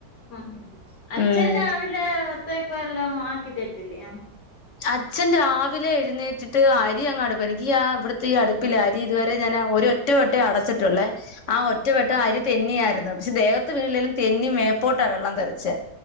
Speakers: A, on the left; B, on the left.
A: ആ അച്ഛന്ന
B: ഉം
A: രവാവിലെ ഒത്തയ്ക്കോ എല്ലാം ആക്കതിർത്തില്ലയാ
B: അച്ഛൻ രാവിലെ എഴുന്നേറ്റിട്ട് അരി അങ്ങ് അര ഈ ആഹ് ഇവിട്ത്തെ ഈ അടുപ്പിലാരി ഇതുവരെ ഞാൻ ഒരൊ ഒറ്റ വട്ടെ അടച്ചിട്ടുള്ളെ ആഹ് ഒറ്റ വട്ട അരി തെന്നി ആയിരുന്നു പക്ഷെ ദേവത്ത് വീണിലേലും തെന്നി മേപ്പോട്ടാ വെള്ളം തെറിച്ച്